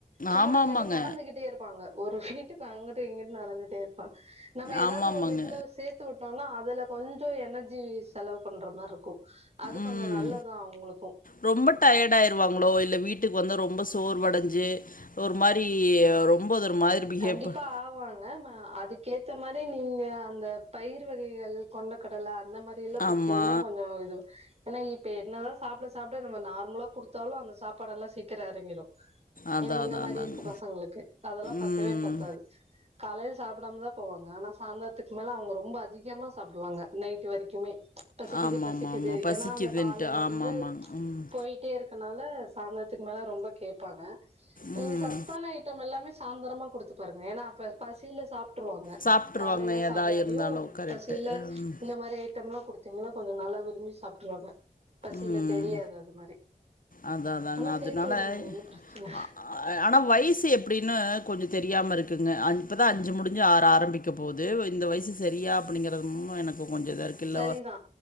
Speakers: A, on the right; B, on the left.
A: சும்மா
B: ஆமாமாங்க.
A: இல்லாட்டி நடந்துகிட்டே இருக்கணு ப்பாங்க ஒரு வீட்டுக்கு அங்குட்டு இங்குட்டு நடந்துட்டே இருப்பாங்க நம்ம ஏதாது
B: ஆமாமாங்க.
A: ஒரு இதுல சேத்து விட்டோனா அதுல கொஞ்சோ எனர்ஜி செலவு பண்ற மார்ருக்கு அது
B: ம்.
A: கொஞ்சோ நல்லதா அவுங்ளுக்கு
B: ரொம்ப டயர்ட் ஆயிருவாங்ளோ இல்ல வீட்டுக்கு வந்து ரொம்ப சோர் வடஞ்சு ஒரு மாரி ரொம்ப
A: ஆமாங்க
B: ஒரு மாரி பிஹேவ்
A: கண்டிப்பா
B: பண்
A: ஆவாங்க ம அது கேத்த மாரி நீங்க அந்த பயிர் வகைகள் கொண்ட கடல அந்த மாரி யெல்ல குடுத்தீங்ன்னா
B: ஆமா.
A: கொஞ்சோ இது ஏன்னா இப்ப என்னதா சாப்ட சாப்ட நம்ம நார்மலா குடுத்தாலு அந்த சாப்பாட்ல்லா சீக்கிரோ எறங்கிரு
B: அதான்,
A: ஏன்னா இந்த
B: அதான்,
A: மாரி
B: அதாங்க.
A: இருக்க பசங்ளுக் அதெல்லா பத்தவே
B: ம்.
A: பத்தாது காலையில சாப்டாமதா போவாங்க ஆனா சாந்தர்துக்கு மேல அவுங்க ரொம்ப அதிகமா சாப்டுவாங்க நைட் வரைக்குமே பசிக்குது
B: ஆமாமாமா.
A: பசிக்குது
B: பசிக்குதுன்ட்டு.
A: ஏன்னா அந்த காலையிலருந்து
B: ஆமாமாங்க. ம்.
A: பொயிட்டே இரு கனால சாய்ந்ரத்துக்கு மேல ரொம்ப கேப்பாங்க நீங்க
B: ம்.
A: சத்தான ஐட்டம் எல்லாமே சாந்ரமா குடுத்து பாருங்க ஏன்னா அப்ப பசியில சாப் ட்டுருவாங்க
B: சாப்ட்டுருவாங்க
A: காலையில சாப்டாட்டியு
B: எதா இருந்தாலும். கரெக்ட்டு.
A: பசில
B: ம்.
A: இந்த மாரி ஐட்டம்லா குடுத்தீங்னா கொஞ்சோ நல்லா சாப்ட்ருவாங்க பசியில
B: ம்.
A: தெரியாது அது மாரி
B: அதா அதாங்க
A: ஆனா
B: அதனால
A: சேத்து விடுங்க ஒன்னு பிரச்சன
B: அ ஆனா வயசு எப்டின்னு கொஞ்சோ தெரியாம இருக்குங்க இப்பதா அஞ்சு முடிஞ்சு ஆறு ஆரம்பிக் க்க போது இந்த வயசு சரியா அப்டிங்றது எனக்கு கொஞ்சோ இதா இருக்கு இல்ல
A: சரிதா